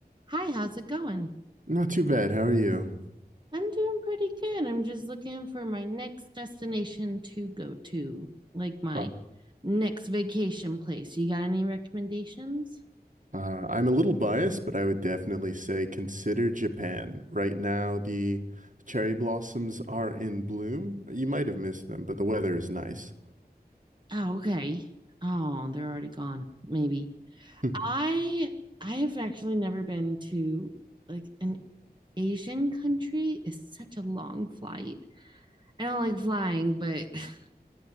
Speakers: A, on the right (about 30°); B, on the right (about 50°).
A: Hi, how's it going?
B: Not too bad. How are you?
A: I'm doing pretty good. I'm just looking for my next destination to go to, like my
B: Oh,
A: next vacation place. You got any recommendations?
B: Uh, I'm a little biased, but I would definitely say consider Japan. Right now, the cherry blossoms are in bloom. You might have missed them, but the weather is nice.
A: Oh, okay. Oh, they're already gone, maybe.
B: <laughs>
A: I I have actually never been to like an Asian country. It's such a long flight. I don't like flying, but <laughs>